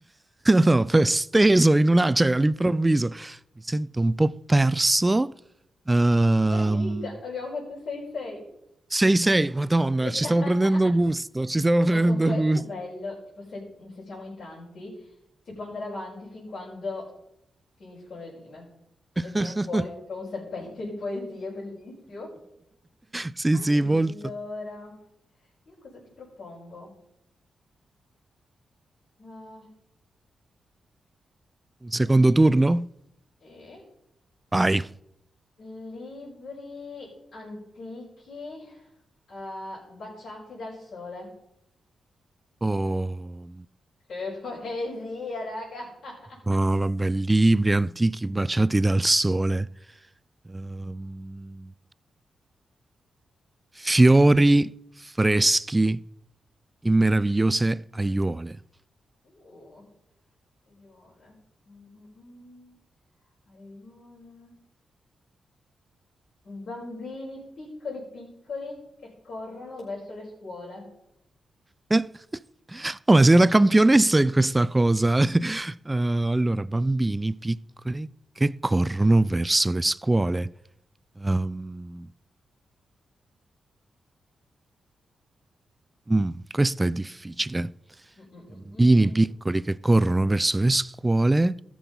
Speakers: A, on the right; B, on the left.
A: No, per- steso in una, cioè all'improvviso mi sento un po' perso. Ehm,
B: No, è finita, abbiamo fatto 6-6.
A: 6-6, Madonna,
B: <laughs>
A: ci stiamo prendendo gusto, ci stiamo prendendo
B: Ma con questo
A: gusto.
B: è bello, tipo se, se siamo in tanti, si può andare avanti fin quando finiscono le rime
A: <laughs>
B: e viene fuori proprio un serpente di poesie, è bellissimo.
A: Sì,
B: Allora,
A: sì, molto.
B: io cosa ti propongo? Ah,
A: Un secondo
B: Eh,
A: turno?
B: Sì.
A: Vai.
B: Libri antichi, eh, baciati dal sole.
A: Oh.
B: Che poesia, raga!
A: Ah, vabbè,
B: <laughs>
A: libri antichi baciati dal sole, Ehm, fiori freschi in meravigliose aiuole.
B: Uh, Aione. Mm, mm, mm. Aione. Bambini piccoli piccoli che corrono verso le scuole.
A: <laughs> Oh, ma sei una campionessa in questa cosa. <laughs> Eh, allora, bambini piccoli che corrono verso le scuole. Ehm, mm, questa è difficile.
B: Mm, mm,
A: Bambini
B: mm,
A: piccoli che corrono verso le scuole.